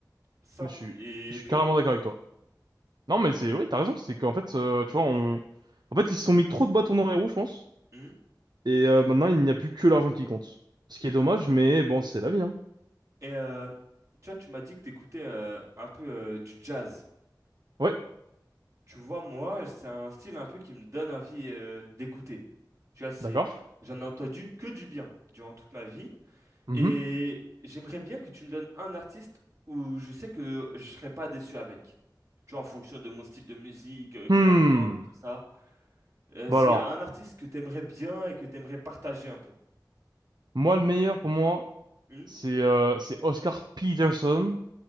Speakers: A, on the right (about 45°); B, on the right (about 65°).
A: simple
B: Mais je suis,
A: et
B: je suis
A: pure.
B: carrément d'accord avec toi. Non, mais c'est, ouais, t'as raison, c'est qu'en fait, euh, tu vois, on, en fait, ils se sont mis trop de bâtons dans les roues, je pense.
A: Mhm.
B: Et euh, maintenant, il n'y a plus que l'argent qui compte. Ce qui est dommage, mais bon, c'est la vie, hein.
A: Et euh, tu vois, tu m'as dit que t'écoutais euh, un peu euh, du jazz.
B: Ouais,
A: Tu vois, moi, c'est un style un peu qui me donne envie euh, d'écouter. Tu vois, c'est
B: d'accord.
A: j'en ai entendu que du bien durant toute ma vie
B: Mhm.
A: et j'aimerais bien que tu me donnes un artiste où je sais que je serais pas déçu avec. Tu vois, en fonction de mon style de musique, euh, qui
B: Hmm.
A: ambiance, tout ça. Euh,
B: Bon
A: s'il
B: alors,
A: y a un artiste que t'aimerais bien et que t'aimerais partager un peu.
B: moi, le meilleur pour moi,
A: Hmm
B: c'est euh, c'est Oscar Peterson,